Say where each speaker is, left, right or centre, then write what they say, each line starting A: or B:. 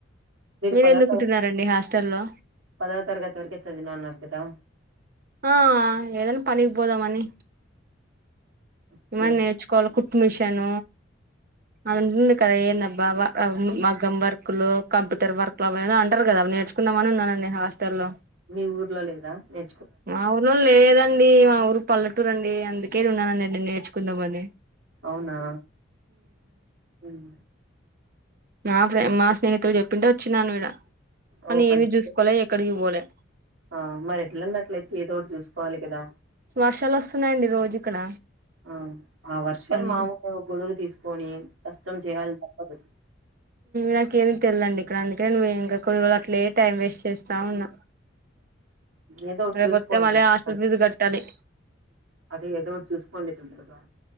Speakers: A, on the right (about 50°); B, on the right (about 80°).
A: మీరు
B: పదో
A: ఎందుకుంటున్నారండి
B: తర
A: హాస్టల్ల్లో
B: పదవ తర్గతి వరకు చదివిన అన్నారుకదా
A: ఆ ఏదైనా పనికి పోదా మని
B: ఓకే
A: ఏమైనా నేర్చుకోవాలి కు ట్టుమిషన్ అలా ఉంటుంది కదా ఏందబ్బా ఆ
B: మీ
A: మగ్గం వర్కులు కంప్యూటర్ వర్క్లు అవి ఏదో అంటారు కదా అవి నేర్చుకుందామని ఉన్నానండి హాస్టల్లో
B: మీ ఊర్లో లేదా ఎ
A: మా ఊర్లో లేదండి మా ఊరు పల్లెటూరండి అందుకే ఉన్నానం నేర్చుకుందామని
B: అవునా హ్మ్
A: మా ఫ్రె మా స్నేహితులు చెప్పింటే వచ్చినాను ఇడ కానీ
B: ఓ మంచిదే
A: ఏమి చూసుకోవాల ఎక్కడికి బోలే
B: ఆ మరి ఎట్లున్నట్లయితే ఏదో ఒకటి చూసుకోవాలి కదా
A: వర్షాలు వస్తున్నాయండి రోజు ఇక్కడ
B: ఆ ఆ వర్షాలు
A: అన్ని
B: మామూలుగా గొడుగు తీసుకొని కష్టం చేయాలి తప్పదు
A: నాకేమీ తెలదండి ఇక్కడ అందుకనే నువ ఇక్కడ కూడా అట్లే టైం వేస్ట్ చేస్తా ఉన్నా
B: ఏదో ఒకటి
A: రేపోతే
B: చూసుకోండి
A: మళ్ళీ హాస్టల్
B: <unintelligible>
A: ఫీజు కట్టాలి
B: అదే ఏదో ఒకటి చూసుకోండి తొందరగా